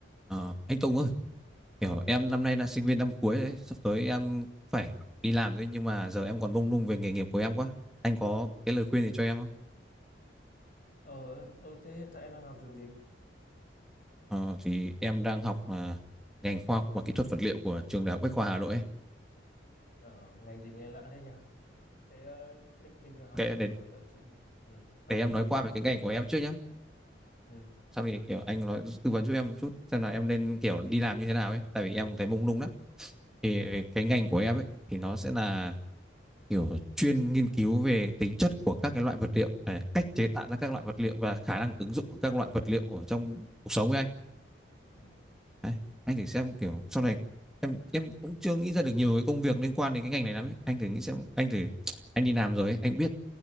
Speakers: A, in the centre; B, on the left.
A: Ờ, anh Tùng ơi, kiểu em năm nay là sinh viên năm cuối đấy, sắp tới em phải đi làm đấy nhưng mà giờ em còn mông lung về nghề nghiệp của em quá. Anh có cái lời khuyên gì cho em không?
B: Ờ, ờ thế hiện tại em đang học trường gì?
A: Ờ, thì em đang học à, ngành khoa học và kỹ thuật vật liệu của trường Đại học Bách khoa Hà Nội ấy.
B: Ờ, ngành gì nghe lạ thế nhỉ? Thế ờ, thế bình thường học
A: Cái
B: ở,
A: để,
B: ở chi- ừ, học
A: để em
B: ở
A: nói
B: trường
A: qua
B: thì
A: về
B: cái
A: cái
B: cậu
A: ngành của em trước nhá.
B: ừ,
A: Sau thì kiểu anh nói tư vấn cho em một chút xem là em nên kiểu đi làm như thế nào ấy, tại vì em cũng thấy mông lung lắm. Thì cái ngành của em ấy thì nó sẽ là kiểu chuyên nghiên cứu về tính chất của các cái loại vật liệu à, cách chế tạo ra các loại vật liệu và khả năng ứng dụng của các loại vật liệu ở trong cuộc sống ấy anh
B: ừ.
A: Đấy, anh thử xem kiểu sau này em em cũng chưa nghĩ ra được nhiều cái công việc liên quan đến cái ngành này lắm ấy. anh thử nghĩ xem anh thử anh đi làm rồi ấy, anh biết